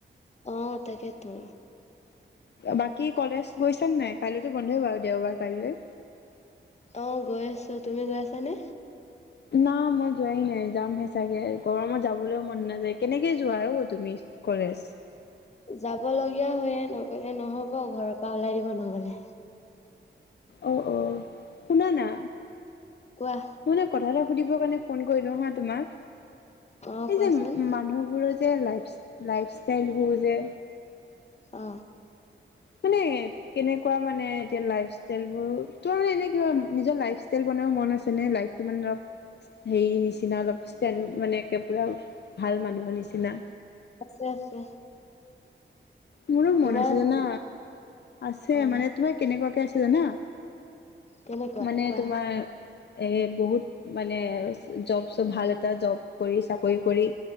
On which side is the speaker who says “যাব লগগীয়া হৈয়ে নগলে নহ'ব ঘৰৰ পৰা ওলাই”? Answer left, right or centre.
Left